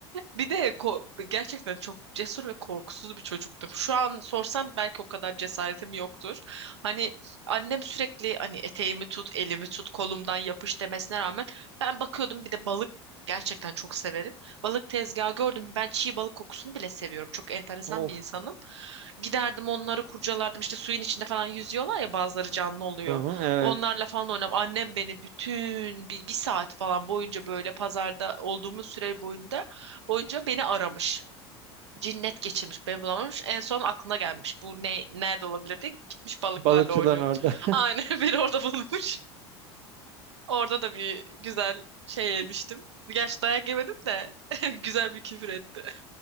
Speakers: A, on the right (about 85°); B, on the right (about 60°).
A: bir de ko- gerçekten çok cesur ve korkusuz bir çocuktum. Şu an sorsam belki o kadar cesaretim yoktur. Hani annem sürekli hani eteğimi tut, elimi tut, kolumdan yapış demesine rağmen ben bakıyordum bir de balık gerçekten çok severim. Balık tezgahı gördüm. Ben çiğ balık kokusunu bile seviyorum. Çok enteresan
B: Of.
A: bir insanım. Giderdim onları kurcalardım. İşte suyun içinde falan yüzüyorlar ya bazıları canlı oluyor.
B: Hı hı, evet.
A: Onlarla falan oynam. Annem beni bütün bir, bir saat falan boyunca böyle pazarda olduğumuz süre boyunca boyunca beni aramış. Cinnet geçirmiş, beni bulamamış. En son aklına gelmiş. Bu ne nerede olabilir diye gitmiş balıklarla
B: Balıkçıların
A: oynuyorum.
B: orada. <laughs>
A: Aynen <laughs> beni orada bulmuş. Orada da bir güzel şey yemiştim. Gerçi dayak yemedim de <laughs> güzel bir küfür etti.